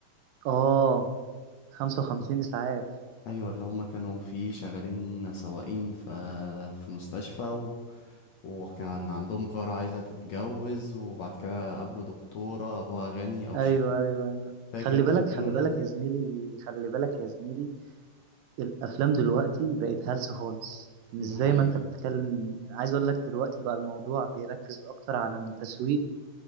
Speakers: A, on the right; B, on the left.
A: اه 55 اسعاف
B: ايوه اللي هما كانوا فيه شغالين سواقين في في مستشفى و... وكان عندهم جارة عايزة تتجوز وبعد كده قابلوا دكتورة ابوها غني او
A: ايوه
B: شيخ
A: ايوه ايوه
B: فاكر
A: خلي
B: انت
A: بالك
B: الفيلم
A: خلي بالك
B: ده
A: يا زميلي خلي بالك يا زميلي الافلام دلوقتي بقت هلس خالص مش
B: ده
A: زي
B: حقيقة
A: ما انت بتتكلم عايز اقول لك دلوقتي بقى الموضوع بيركز اكتر على التسويق